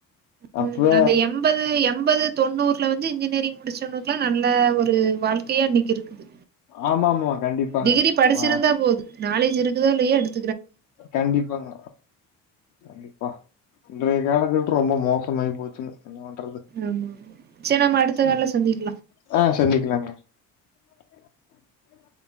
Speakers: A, on the right (about 30°); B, on the left (about 60°).
A: உம்
B: அப்பவே
A: அந்த எம்பது எம்பது தொண்ணூறுல வந்து இன்ஜ் நெரிங் முடிச்சவன்னுக்குெல்லாம் நல்ல ஒரு வாழ்க்கையா இன்னைக்கு இருக்குது
B: ஆமா ஆமா கண்டிப்பாங்க
A: டிகிரி படிச்சிருந்தா
B: ஆ
A: போது நாலேஜ் இருக்குதோ இல்லையோ எடுத்
B: கண்டிப்பாங்க கண்டிப்பா இன்றைய காலக்கட்டு ரொம்ப மோசமாயி போச்சுங்க என்ன பண்றது
A: ஆமா ஆமா சரி நம்ம அடுத்த கால்ல
B: ம்
A: சந்திக்கலா
B: ஆ சந்திக்கலாங்க <unintelligible>